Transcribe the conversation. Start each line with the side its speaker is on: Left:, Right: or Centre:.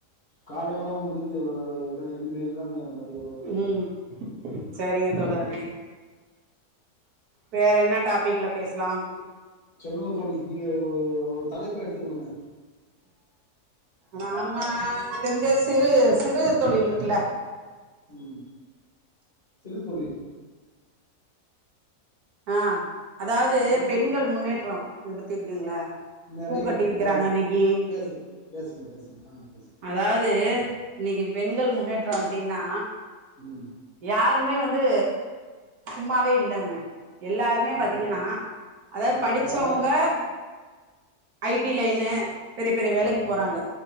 Left: காலை உணவு முடிந்து இனிமேல்தா மதிய உணவு தருங்
Right: ம் சரிங்க தோழரே
Left: சொல்லுங்
Right: வேற என்ன டாபிக்ல பேசலாம்
Left: சொல்லுங்க தோழி நீங்க தலைப்பு எடுத்து கொடுங்க
Right: நம்ம தெரிஞ்ச சிறு சிறு தொழில் இருக்ல
Left: உம் சிறு தொழில்
Right: ஆஹ் அதாவ்து
Left: சிறு தொ
Right: பெண்கள் முன்னேற்றோ
Left: ம்
Right: இது பத் திருக்கிங்ளா
Left: நெறைய
Right: பூக்கட்டி
Left: இருக்கு
Right: விக்கிறாங்க
Left: நெறைய இருக்கு
Right: இன்னக்கி
Left: பேசு பேசுங்க பேசுங்க ஆ பேசுங்க
Right: அதாவ்து இன்னக்கி பெண்கள் முன்னேற்றம் ப்டின்னா
Left: உம்
Right: யாருமே வந்து சும்மாவே இல்லங்க எல்லாருமே
Left: கண்டிப்பா
Right: பாத்தீங்கனா அதாவ்து
Left: கண்டிப்பா
Right: படிச்சவ்ங்க
Left: யாராவது
Right: ஐ டி லைனு பெரிய பெரிய வேலைக்கு
Left: ஆமாம்
Right: போறாங்க
Left: ஆமாம்